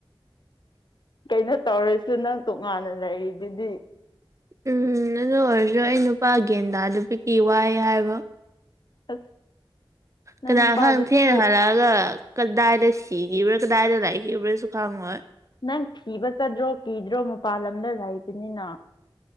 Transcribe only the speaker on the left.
ꯀꯩꯅꯣ ꯇꯧꯔꯁꯨ ꯅꯪ ꯇꯣꯉꯥꯟꯅ ꯂꯩꯔꯤꯗꯨꯗꯤ
<inaudible> ꯅꯪ
ꯅꯨꯄꯥꯗꯨꯁꯨ
ꯅꯪ ꯊꯤꯕ ꯆꯗ꯭ꯔꯣ ꯀꯤꯗ꯭ꯔꯣ ꯃꯄꯥꯥꯟ ꯂꯝꯗ ꯂꯩꯕꯅꯤꯅ